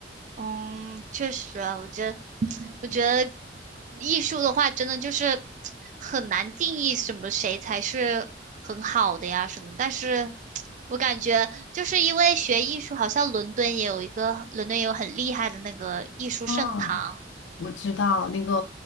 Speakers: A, on the right; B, on the left.
A: 嗯，确实啊，我觉得，我觉得艺术的话，真的就是很难定义什么谁才是很好的呀什么。但是，我感觉就是因为学艺术，好像伦敦也有一个，伦敦也有很厉害的那个艺术圣堂。
B: 嗯，我知道那个